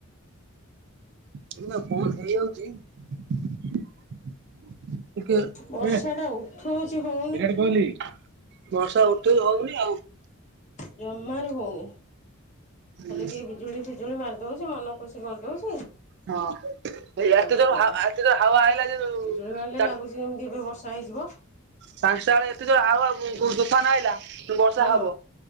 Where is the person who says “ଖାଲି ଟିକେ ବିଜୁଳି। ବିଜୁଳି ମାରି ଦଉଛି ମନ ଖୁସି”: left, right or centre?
Left